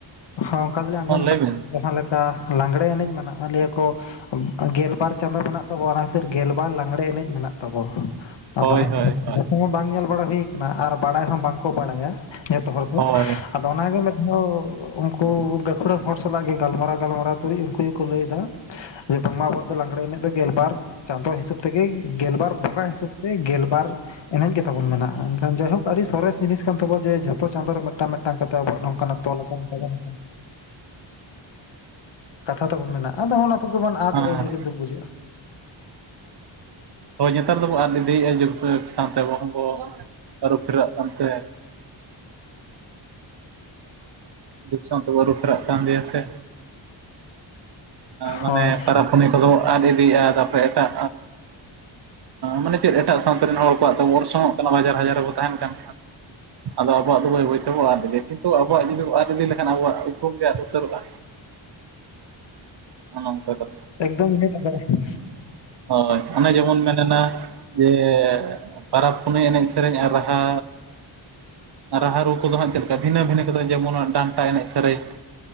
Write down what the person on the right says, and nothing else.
ᱞᱟᱹᱭ
ᱵᱤᱱ
ᱦᱳᱭ
ᱦᱳᱭ ᱦᱳᱭ
ᱦᱳᱭ
ᱦᱮᱸ
ᱦᱳᱭ ᱱᱮᱛᱟᱨ ᱫᱚᱵᱚᱱ ᱟᱫ ᱤᱫᱤᱭᱮᱫᱼᱟ ᱡᱮ ᱥᱟᱶᱛᱮ ᱟᱵᱚ ᱦᱚᱸᱵᱚ ᱟᱹᱨᱩ ᱯᱷᱮᱨᱟᱜ ᱠᱟᱱᱛᱮ, ᱫᱩᱠ ᱥᱟᱶᱛᱮ ᱵᱚ ᱟᱨᱩᱯᱷᱮᱨᱟᱜ ᱠᱟᱱ ᱫᱤᱭᱟᱛᱮ ᱢᱟᱱᱮ
ᱯᱚᱨᱟᱽᱯᱩᱱᱤ ᱠᱚᱫᱚ ᱟᱫ ᱤᱫᱤᱭᱜᱼᱟ ᱛᱟᱨᱯᱚᱨᱮ ᱮᱴᱟᱜ ᱢᱟᱱᱮ ᱪᱮᱫ ᱮᱴᱟᱜ ᱥᱟᱶᱛᱟ ᱨᱮᱱ ᱦᱚᱲ ᱠᱚᱣᱟᱜ ᱛᱚ ᱚᱨᱥᱚᱝᱚᱜ ᱠᱟᱱᱟ ᱵᱟᱡᱟᱨ ᱦᱟᱡᱟᱨ ᱨᱮᱵᱚ ᱛᱟᱦᱮᱱ ᱠᱟᱱ ᱠᱷᱟᱱ, ᱟᱫᱚ ᱟᱵᱚᱣᱟᱜ ᱫᱚ ᱵᱟᱹᱭ ᱵᱟᱹᱭᱛᱮᱟᱵᱚᱱ ᱟᱫ ᱤᱫᱤ ᱠᱤᱱᱛᱩ ᱟᱵᱚᱣᱟᱜ ᱡᱩᱫᱤ ᱟᱫ ᱤᱫ ᱞᱮᱠᱷᱟᱱ ᱟᱵᱚᱣᱟᱜᱯᱠᱩᱢ ᱜᱮ ᱟᱫ ᱩᱛᱟᱹᱨᱚᱜᱼᱟ᱾ ᱚᱱᱚ ᱚᱝᱠᱟ ᱠᱟᱮᱛ,
ᱦᱳᱭ ᱚᱱᱮ ᱡᱮᱢᱚᱱ ᱢᱮᱱ ᱮᱱᱟ, ᱡᱮ ᱯᱟᱨᱟᱵᱽᱼ ᱯᱩᱱᱟᱹᱭ ᱮᱱᱮᱡᱼᱥᱮᱨᱮᱧ ᱟᱨ ᱨᱟᱦᱟ, ᱨᱟᱦᱟ ᱨᱩ ᱠᱚᱫᱚ ᱦᱟᱸᱜ ᱪᱮᱫ ᱞᱮᱠᱟ ᱵᱷᱤᱱᱟᱹ ᱵᱷᱤᱱᱟᱹ ᱠᱚᱫᱚ ᱡᱮᱢᱚᱱ ᱰᱟᱱᱴᱟ ᱮᱱᱮᱡᱼᱥᱮᱨᱮᱧ,